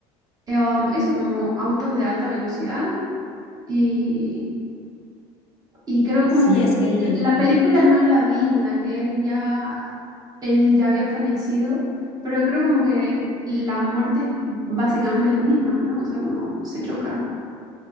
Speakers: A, on the right (about 30°); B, on the left (about 55°).
A: eh, um, eso, como autos de alta velocidad. Y, y creo
B: sí,
A: como que
B: es que él, él-
A: la película no la vi en la que él ya, él ya había fallecido, pero creo como que la muerte es básicamente la misma, ¿no? O sea, como se choca.